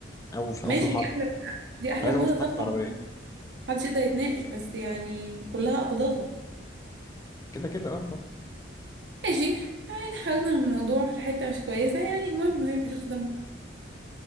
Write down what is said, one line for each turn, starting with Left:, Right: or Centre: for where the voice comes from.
Left: او في او
Right: ماشي
Left: في الحرب
Right: دي احلى دي احلى
Left: مش عايز
Right: موضه
Left: اموت في محطه
Right: طبعا
Left: عربيه
Right: محدش يقدر يتناقش بس يعني كلها اقدار
Left: كده كده اه طب
Right: ماشي يعني خرجنا من الموضوع لحته مش كويسه يعني المهم انه هيبقى شخص دمه